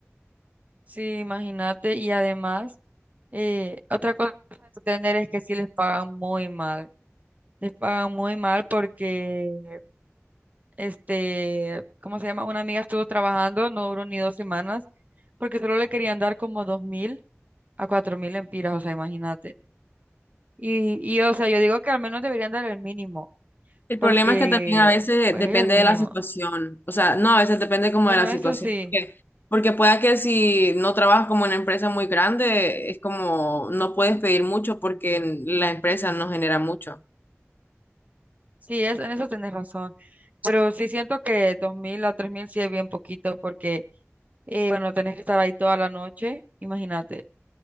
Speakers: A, on the right; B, on the left.
A: sí, imagínate, y además, eh, otra cosa que tener es que sí les pagan muy mal, les pagan muy mal porque, este, ¿cómo se llama? Una amiga estuvo trabajando, no duró ni dos semanas, porque solo le querían dar como dos mil a cuatro mil empiras, o sea, imagínate. Y, y, o sea, yo digo que al menos deberían dar el mínimo,
B: El
A: porque,
B: problema es que también a veces
A: pues,
B: depende
A: es el mínimo.
B: de la situación, o sea, no, a veces depende como
A: Bueno,
B: de la situación,
A: eso sí,
B: porque, porque pueda que si no trabajas como en una empresa muy grande, es como no puedes pedir mucho porque la empresa no genera mucho.
A: Sí, es, en eso tenés razón. Pero sí siento que 2000 a 3000 sí es bien poquito porque, eh, bueno, tenés que estar ahí toda la noche. Imagínate,